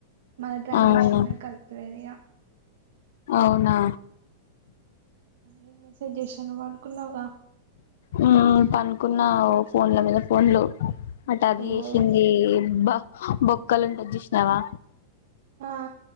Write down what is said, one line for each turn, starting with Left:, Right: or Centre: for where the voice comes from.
Right: మళ్ళ ట్రై
Left: అవును
Right: చేసిన కూడా కలుత్తలేదు ఇగ
Left: అవునా
Right: నేను మెసేజ్ చేసిన నువ్వు పడుకున్నావుగా
Left: ఉ పనుకున్నా ఫోన్ల మీద ఫోన్లు అటు అది
Right: ఓ
Left: చేసింది అబ్బా బొక్కలు ఉంటాయి చూసినవా
Right: ఆ